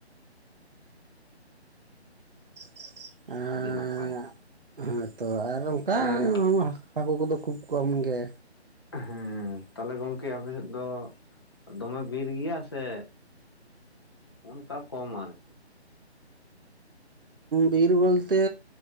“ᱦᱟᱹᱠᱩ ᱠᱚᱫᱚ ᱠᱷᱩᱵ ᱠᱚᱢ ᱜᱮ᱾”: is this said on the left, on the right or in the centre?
Right